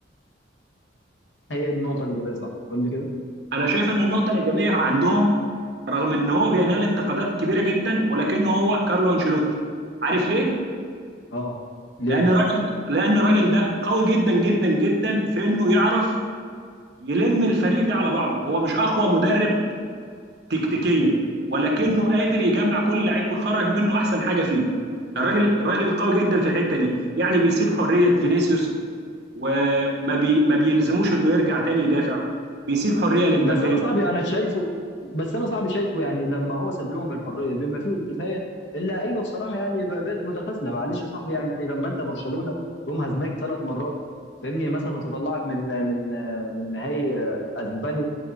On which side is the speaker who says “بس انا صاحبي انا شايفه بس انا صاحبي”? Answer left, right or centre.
Left